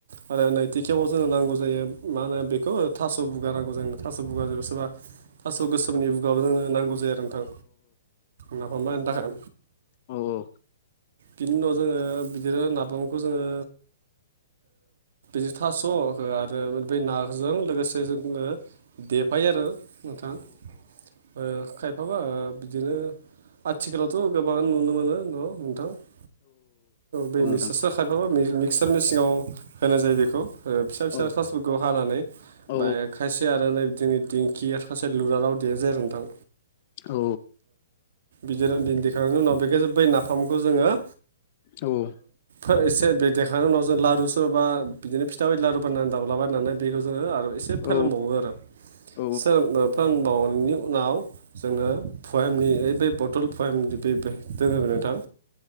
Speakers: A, on the right; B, on the left.
A: आरो नैथि खेबाव जोङो नांगौ जायो मा होनो बेखौ थास' बुारनांगौ मोजांनो थास' बुगा जेबो सोरबा थास' गोसोमनि बुगाबबो जोंनो नांगौ जायो आरो नोंथां। नाफाम बानायनो थाखाय
B: औ-औ।
A: बिनि उनाव जोङो बिदिनो नाफामखौ जोङो जिथास' हो आरो बै नाजों लोगोसे जोङो देफायो आरो नोंथां ओ खायफाबा बिदिनो आथिखालावथ' गोबां नुनो मोनो न' मोनथां। औ बे
B: औ नोंथां
A: मिक्चारसो खायफाबा मिक्सार मेसिंङाव होनाय जायो बेखौ। ओ फिसा फिसा
B: औ
A: थास'खौ हानानै ओमफ्राय
B: औ
A: खायसे आरो नै जोंनि दिंखिया सासे लुरालाव <unintelligible> आरो नोंथां।
B: औ।
A: बिदिर दिन दि दैखांनायनि उनाव बेखायसो बै नाफामखौ जोङो
B: औ औ।
A: एसे बे देखांनायनि उनाव जों लारु सोरबा बिदिनो फिथा बायदि लारु बाननानै दाब्लाबायनानै बेखौ जोङो आरो एसे
B: औ
A: फोरोंबावो आरो,
B: औ
A: सोर फोरोंबावनायनि उनाव जोंङो पुवेमनि ओइ बे बथल पुवमदि बे बे दोङो नोंथां